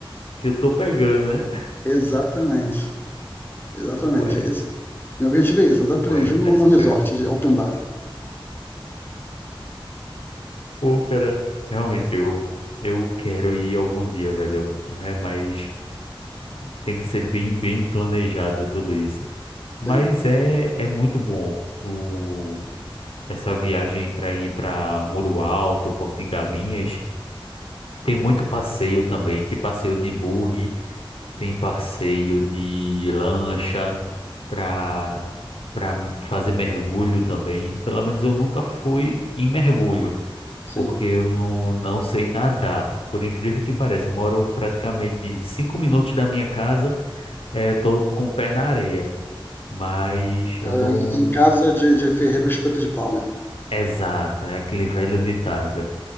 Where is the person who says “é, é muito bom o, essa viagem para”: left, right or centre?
Left